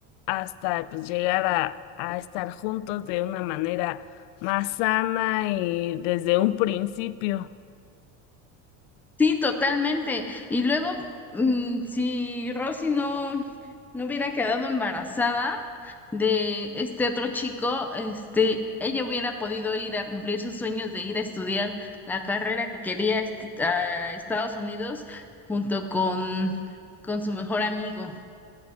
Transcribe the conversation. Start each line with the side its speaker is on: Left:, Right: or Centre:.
Left: hasta pues, llegar a, a estar juntos de una manera más sana y desde un principio.
Centre: Sí, totalmente. Y luego, mm, si Rosy no, no hubiera quedado embarazada de este otro chico, este, ella hubiera podido ir a cumplir sus sueños de ir a estudiar la carrera que quería est- a Estados Unidos junto con, con su mejor amigo.